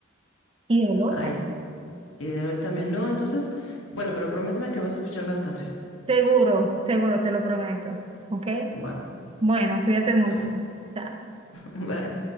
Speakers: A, on the right; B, on the left.
A: Y el hoy
B: Ay,
A: también.
B: y de hoy también. No, entonces, bueno, pero prométeme que vas a escuchar la canción.
A: Seguro, seguro, te lo prometo. ¿Ok?
B: Bueno,
A: Bueno, cuídate mucho.
B: súper.
A: Chao.
B: <laughs> Bye.